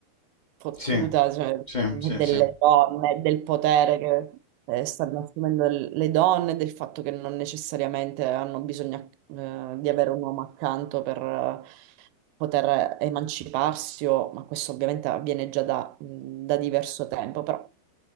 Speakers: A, on the right; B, on the left.
A: fottuta,
B: sì,
A: cioè,
B: sì,
A: delle
B: sì, sì,
A: donne, del potere che eh, stanno assumendo le donne, del fatto che non necessariamente hanno bisogno eh, di avere un uomo accanto per eh, poter emanciparsi, o- ma questo ovviamente avviene già da, da diverso tempo, però